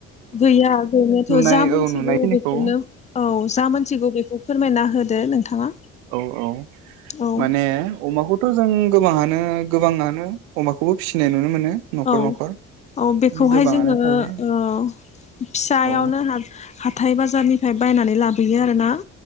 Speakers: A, on the left; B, on the right.
A: गैया गैनायाथ'
B: नुनाय
A: जा मोनथिगौ
B: औ नुनायखिनिखौ
A: बेखौनो औ जा मोनथिगौ बेखौ फोरमायना होदो नोंथाङा
B: औ औ
A: औ
B: माने अमाखौ थ' जों गोबाङानो गोबाङानो अमाखौबो फिसिनाय नुनो मोनो न'खर
A: औ
B: न'खर
A: औ बेखौहाय
B: माने गोबाङानो
A: जोङो
B: थायो
A: ओ फिसायावनो
B: औ
A: हाथाय बाजारनिफ्राय बायनानै लाबोयो आरोना